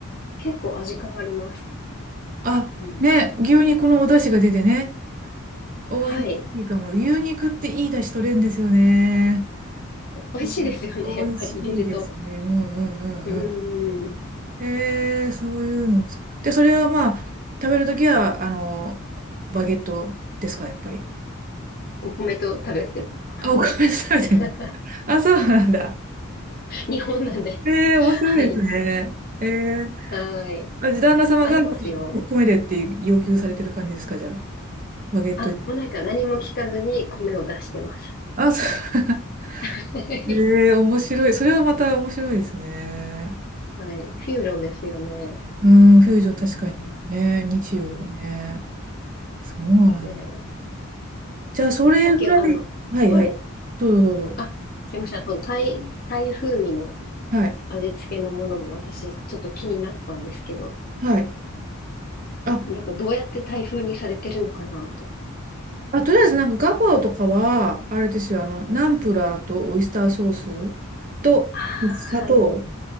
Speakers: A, on the left; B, on the right.
A: 結構味変わります。
B: あ、
A: うん。
B: ね、牛肉のお出汁が出てね。おいしいかも。
A: はい。
B: 牛肉っていい出汁取れるんですよね。
A: 美味しいですよね、
B: お、おいしいですね。
A: やっぱり入れると。
B: うんうんうんうん。
A: うーん。
B: へえ、そういうのを作って、それはまあ、食べるときは、あの、バゲットですか、やっぱり。
A: お米と食べてます。
B: あ、お米で食べてる。
A: <laughs>
B: あ、そうなんだ。
A: 日本なんで。
B: ええ、面白いですね。
A: はい。
B: ええ、
A: はい。
B: あ、じゃあ旦那様が
A: ありますよ。
B: 米でって要求されてる感じですか、じゃあ。バゲットに。
A: あ、もうなんか何も聞かずに米を出してます。
B: あ、そう。<laughs>
A: <laughs> はい。
B: えー面白い。それはまた面白いですね。
A: フュージョンですよね。
B: うん、フュージョン確かに。
A: うーん。
B: ね、日曜でね。
A: うん。
B: そうなんだ。
A: ね
B: じゃあ、それぐらい。
A: え、えさっき、あの、
B: はいはい。
A: はい。
B: どうぞどうぞ。
A: あ、すいません。その、タイ、タイ風味の
B: はい。
A: 味付けのものも私、ちょっと気になったんですけど、
B: はい。あ、
A: なんかどうやってタイ風にされてるのかなと。
B: あ、とりあえずなんかガパオとかは、あれですよ、あの、ナンプラーとオイスターソースと砂糖。
A: ああ、はい。